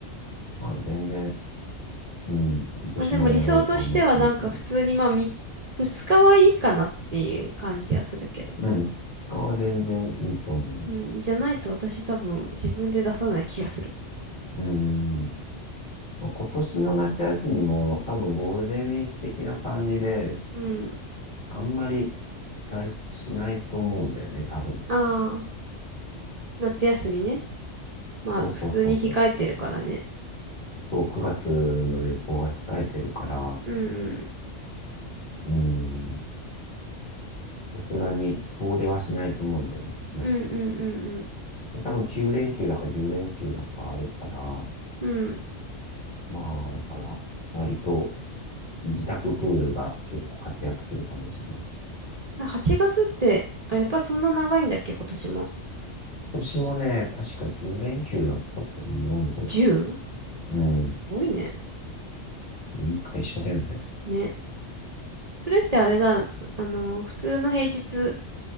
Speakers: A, on the left (about 45°); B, on the right (about 45°).
A: まあ全然、うん、今年もやろうとは思ってるけど。
B: まあでも理想としてはなんか普通にまあみ2日はいいかなっていう感じはするけど。
A: うん、2日は全然いいと思う。
B: うん。じゃないと私多分自分で出さない気がする。
A: うん。まあ今年の夏休みも多分ゴールデンウィーク的な感じで、
B: うん。
A: あんまり外出しないと思うんだよね、多分。
B: ああ、夏休みね。まあ普通に控えてるからね。
A: そうそうそうそう。そう、9月の旅行が控えてるから、
B: うん。
A: うん、さすがに遠出はしないと思うんだよね、少なくとも。
B: うんうんうん
A: で多分9連休だか10連休だかあるから、ま
B: うん。うん。
A: あ、だから、割と自宅プールが結構活躍するかもしれない。
B: あ、8月って、あ、やっぱそんな長いんだっけ、今年も。
A: 今年もね、確か10連休だったと思うよ。
B: 10?
A: うん。
B: 多いね。
A: いい会社だよね。
B: ね。それってあれだ、あの、普通の平日、